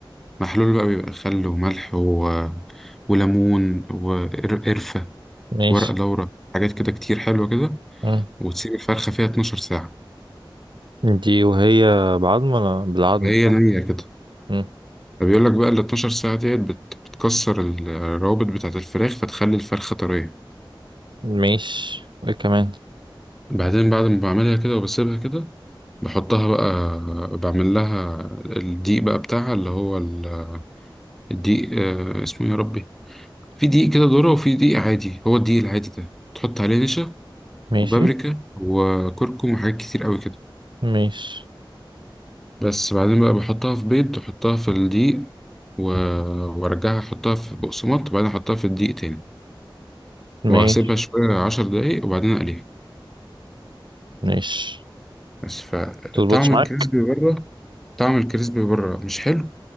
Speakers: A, in the centre; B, on the right (about 65°).
A: محلول بقى بيبقى خل وملح و... وليمون وقرفه
B: ماشي
A: ورق لورا حاجات كده كتير حلوه كده
B: مم.
A: وتسيب الفرخه فيها 12 ساعه
B: دي وهي بعظم ولا بالعظم
A: وهي نيه كده
B: مم.
A: فبيقول لك بقى ال 12 ساعة ديت بت- بتكسر ال- الروابط بتاعة الفراخ فتخلي الفرخة طرية
B: ماشي وايه كمان
A: بعدين بعد ما بعملها كده وبسيبها كده بحطها بقى بعمل لها الدقيق بقى بتاعها اللي هو ال- الدقيق آه، اسمه إيه يا ربي في دقيق كده ذرة وفي دقيق عادي هو الدقيق العادي ده تحط عليه نشا
B: ماشي
A: وبابريكا وكركم وحاجات كتير قوي كده
B: ماشي
A: بس بعدين بقى بحطها في بيض وأحطها في الدقيق و- وارجعها احطها في بقسماط وبعدين احطها في الدقيق تاني
B: ماشي
A: وهسيبها شوية عشر دقايق وبعدين اقليها
B: ماشي
A: بس فطعم
B: تظبطش معاك
A: الكريسبي بره طعم الكريسبي بره مش حلو